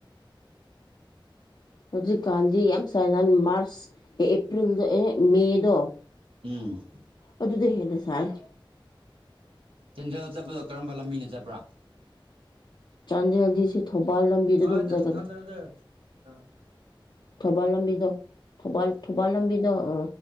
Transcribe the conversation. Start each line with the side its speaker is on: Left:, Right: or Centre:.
Left: ꯍꯧꯖꯤꯛꯀꯥꯟꯗꯤ ꯌꯥꯝ ꯁꯥꯏꯖꯟ ꯃꯥꯔꯁ ꯑꯦ ꯑꯦꯄ꯭ꯔꯤꯜꯗ ꯑꯦ ꯃꯦꯗꯣ
Right: ꯎꯝ
Left: ꯑꯗꯨꯗ ꯍꯦꯟꯅ ꯁꯥꯔ
Right: ꯆꯦꯟꯗꯦꯜ ꯆꯠꯄꯗꯣ ꯀꯔꯝꯕ ꯂꯝꯕꯤꯅ ꯆꯠꯄ꯭ꯔꯥ
Left: ꯆꯥꯟꯗꯦꯜꯗꯤ ꯁꯤ ꯊꯧꯕꯥꯜ ꯂꯝꯕꯤꯗ
Right: ꯍ
Left: ꯑꯗꯨꯝ
Right: ꯆꯠ
Left: ꯆꯠꯀꯅꯤ
Right: ꯊꯥꯟꯗꯗ ꯑ
Left: ꯊꯧꯕꯥꯜ ꯂꯝꯕꯤꯗꯧ ꯊꯧꯕꯥꯜ ꯂꯝꯕꯤꯗ ꯑ